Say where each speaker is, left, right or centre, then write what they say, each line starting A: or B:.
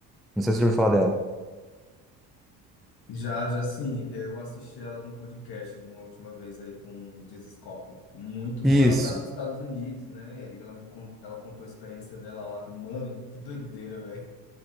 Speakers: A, in the centre; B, on the left (about 50°).
A: Não sei se você ouviu falar dela.
B: Já, já sim eu assisti ela no podcast de uma última vez aí com o Jesus Cop. Muito bom.
A: Isso,
B: Ela tá nos Estados Unidos, né? E ela me con- ela contou a experiência dela lá. Mano, que doideira, velho.